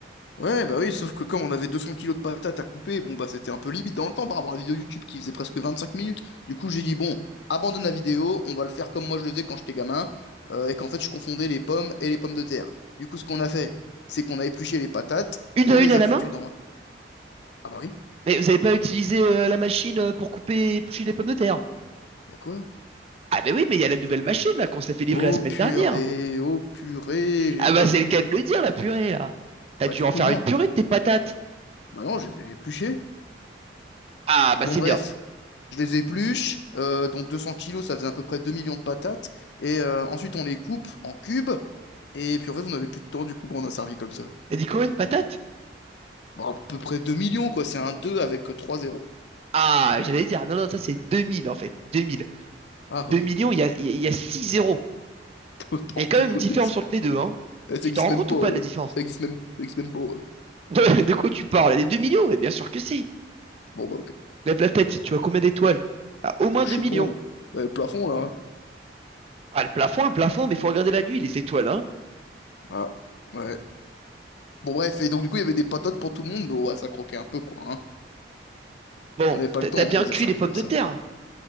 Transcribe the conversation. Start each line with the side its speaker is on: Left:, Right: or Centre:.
Left: ouais, bah oui, sauf que comme on avait 200 kilos de patates à couper, bon, bah, c'était un peu limite dans le temps par rapport à la vidéo YouTube qui faisait presque 25 minutes. Du coup, j'ai dit, bon, abandonne la vidéo, on va le faire comme moi je le faisais quand j'étais gamin euh, et qu'en fait, je confondais les pommes et les pommes de terre. Du coup, ce qu'on a fait, c'est qu'on a épluché les patates,
Right: Une
Left: on
Right: à
Left: les
Right: une à
Left: a
Right: la
Left: foutues
Right: main?
Left: dans. Ah bah oui,
Right: Mais vous n'avez pas utilisé euh, la machine euh, pour couper et éplucher les pommes de terre?
Left: bah quoi?
Right: Ah ben oui, mais il y a la nouvelle machine là qu'on s'est fait livrer
Left: Oh
Right: la semaine
Left: purée,
Right: dernière.
Left: oh purée, j'ai
Right: Ah
Left: pas
Right: bah c'est
Left: vu.
Right: le cas de le dire, la purée là. T'as
Left: Bah
Right: dû
Left: du
Right: en
Left: coup
Right: faire
Left: non.
Right: une purée de tes patates.
Left: Bah non, je les ai épluchés.
Right: Ah bah
Left: Bon
Right: c'est
Left: bref,
Right: bien.
Left: je les épluche. euh, donc 200 kilos, ça faisait à peu près 2 millions de patates. Et euh, ensuite on les coupe en cubes. Et puis en fait on avait plus de temps, du coup bon, on a servi comme ça.
Right: T'as dit combien de patates?
Left: Bah à peu près 2 millions quoi, c'est un 2 avec euh, 3 zéros.
Right: Ah, j'allais dire, non, non, ça c'est 2000 en fait. deux mille,
Left: Ah
Right: deux
Left: ok,
Right: millions,
Left: <laughs>
Right: il y a, il y a 6 zéros.
Left: n'importe
Right: Il y a quand même
Left: quoi,
Right: une différence
Left: ça existe,
Right: entre les deux, hein.
Left: eh, ça
Right: Tu
Left: existe
Right: t'en
Left: même
Right: rends compte
Left: pas.
Right: ou
Left: euh.
Right: pas de la différence?
Left: Ça existe même, ça existe même pas. euh.
Right: <laughs> De quoi tu parles? Les 2 millions? Eh bien sûr que si.
Left: Bon bah ok,
Right: Lève la tête, tu vois combien d'étoiles? Ah, au moins
Left: Bah,
Right: 2
Left: je sais
Right: millions.
Left: pas. Euh, le plafond là. hein.
Right: Ah, le plafond, le plafond, mais faut regarder la nuit, les étoiles, hein.
Left: Ah. Ouais. Bon, bref, et donc, du coup, il y avait des patates pour tout le monde, mais ouais, ça croquait un peu, quoi, hein.
Right: Bon,
Left: On n'avait pas
Right: t'as
Left: le temps,
Right: t'as
Left: on
Right: bien
Left: les
Right: cuit
Left: a servis
Right: les pommes
Left: comme
Right: de
Left: ça.
Right: terre. hein.